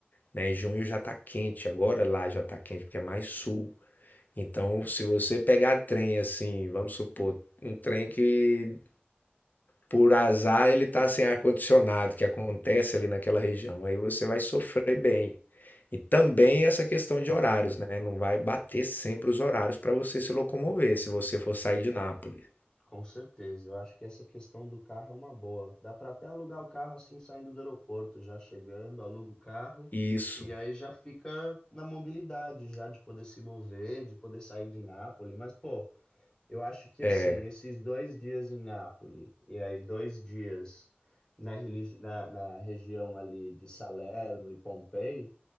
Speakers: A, on the left; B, on the left.
A: né? Junho já está quente, agora lá já está quente, porque é mais sul. Então, se você pegar trem assim, vamos supor, um trem que por azar ele está sem ar-condicionado, que acontece ali naquela região. Aí você vai sofrer bem. E também essa questão de horários, né? Não vai bater sempre os horários para você se locomover, se você for sair de Nápoles.
B: Com certeza, eu acho que essa questão do carro é uma boa. Dá para até alugar o carro assim saindo do aeroporto, já chegando, aluga o carro
A: E Isso
B: e aí já fica na mobilidade, já de poder se mover, de poder sair de Nápoles. Mas pô, eu acho que
A: é,
B: assim, esses dois dias em Nápoles e aí dois dias na, religi- na, na região ali de Salerno e Pompei